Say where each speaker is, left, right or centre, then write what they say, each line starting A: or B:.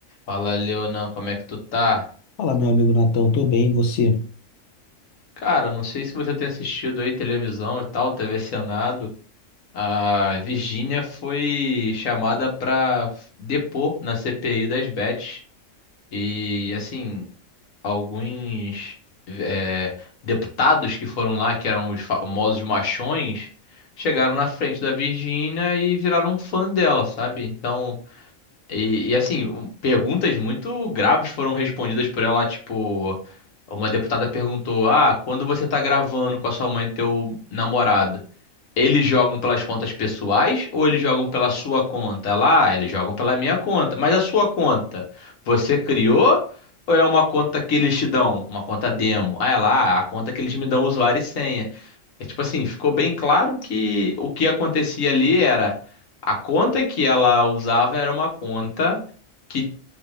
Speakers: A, on the left (about 80°); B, on the left (about 65°).
A: Fala, Leonan, como é que tu tá?
B: Fala, meu amigo Natão, tô bem, e você?
A: Cara, não sei se você tem assistido aí televisão e tal, TV Senado. A Virgínia foi chamada pra depor na CPI das bets. E, assim, alguns é, deputados que foram lá, que eram os famosos machões, chegaram na frente da Virgínia e viraram fã dela, sabe? Então, E, e, assim, um- perguntas muito graves foram respondidas por ela, tipo, uma deputada perguntou: "Ah, quando você tá gravando com a sua mãe e teu namorado, eles jogam pelas contas pessoais ou eles jogam pela sua conta?" Ela, "Ah, eles jogam pela minha conta. Mas a sua conta, você criou ou é uma conta que eles te dão, uma conta demo?" Aí ela, "Ah, a conta que eles me dão usuário e senha." É tipo assim, ficou bem claro que o que acontecia ali era a conta que ela usava era uma conta que